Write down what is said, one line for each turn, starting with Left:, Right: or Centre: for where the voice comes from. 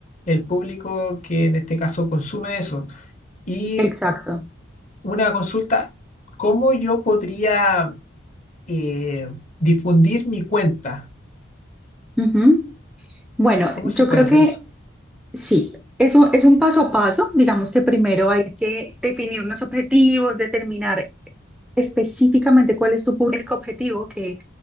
Left: el público que en este caso consume eso. Y
Centre: Exacto.
Left: una consulta, ¿cómo yo podría eh, difundir mi cuenta?
Centre: ujú. Bueno,
Left: ¿Cómo
Centre: yo
Left: se puede
Centre: creo
Left: hacer
Centre: que
Left: eso?
Centre: Sí, eso es un paso a paso. Digamos que primero hay que definir unos objetivos, determinar específicamente cuál es tu público objetivo, que